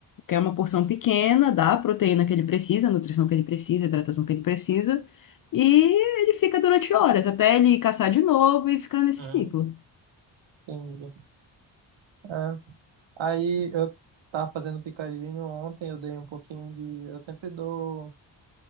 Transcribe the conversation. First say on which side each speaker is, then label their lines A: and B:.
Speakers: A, on the left; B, on the right.
A: que é uma porção pequena da proteína que ele precisa, nutrição que ele precisa, hidratação que ele precisa, e ele fica durante horas, até ele caçar de novo e ficar nesse
B: Uhum.
A: ciclo.
B: Entendi. É, aí eu tava fazendo picadinho ontem, eu dei um pouquinho de. Eu sempre dou